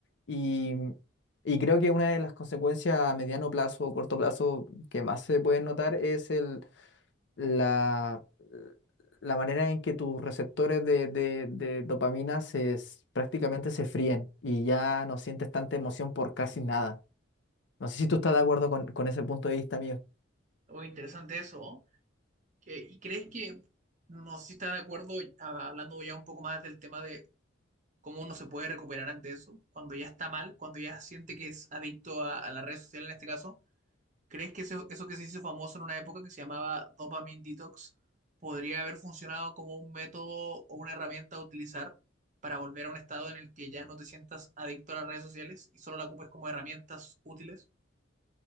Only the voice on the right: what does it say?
O interesante eso, ¿no? Que- ¿Y crees que, no sé si estás de acuerdo, a- hablando ya un poco más del tema de cómo uno se puede recuperar ante eso, cuando ya está mal, cuando ya siente que es adicto a, a la red social en este caso, ¿crees que eso, eso que se hizo famoso en una época que se llamaba dopamine detox podría haber funcionado como un método o una herramienta a utilizar para volver a un estado en el que ya no te sientas adicto a las redes sociales y solo la ocupes como herramientas útiles?